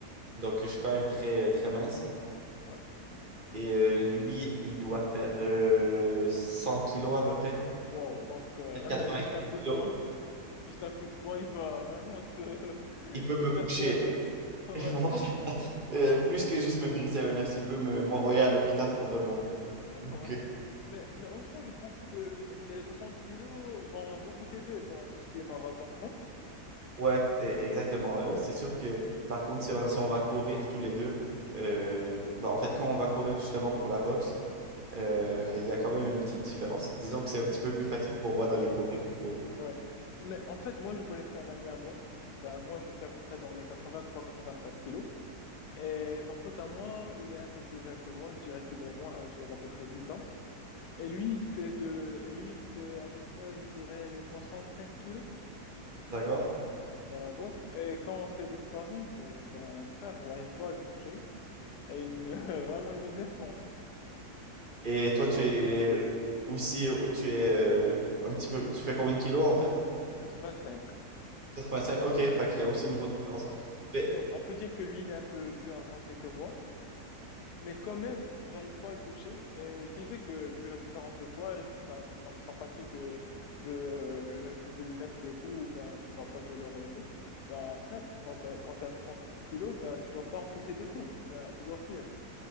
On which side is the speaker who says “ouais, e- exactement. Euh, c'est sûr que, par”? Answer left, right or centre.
Right